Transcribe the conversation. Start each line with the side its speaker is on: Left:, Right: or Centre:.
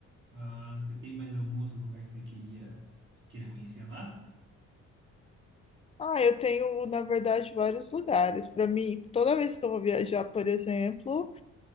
Right: Ah, você tem mais algum outro lugar que você queria queira conhecer lá?
Left: Ah, eu tenho, na verdade, vários lugares. Para mim, toda vez que eu vou viajar, por exemplo,